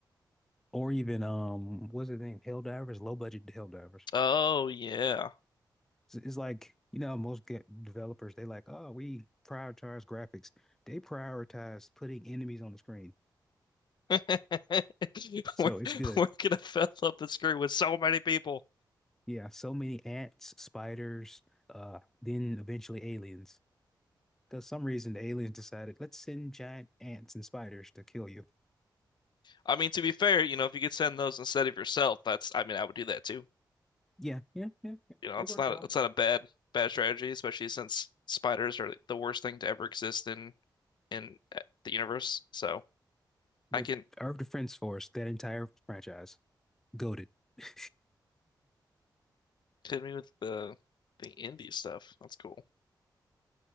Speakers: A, in the centre; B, on the left.
A: or even um what's the name hell divers low budget hell divers
B: Oh yeah.
A: it's, it's like you know most ga- developers they like oh we prioritize graphics they prioritize putting enemies on the screen
B: <laughs>
A: so
B: We're,
A: it's good
B: we're gonna fill up the screen with so many people.
A: yeah so many ants spiders uh then eventually aliens because some reason the aliens decided let's send giant ants and spiders to kill you
B: I mean, to be fair, you know, if you could send those instead of yourself, that's I mean, I would do that too.
A: yeah yeah yeah, yeah.
B: you know,
A: it
B: it's
A: works
B: not
A: out
B: it's not a bad bad strategy, especially since spiders are the worst thing to ever exist in in uh, the universe. So
A: but
B: I can
A: Earth Defense Force that entire franchise goaded <laughs>
B: hit me with the the indie stuff. That's cool.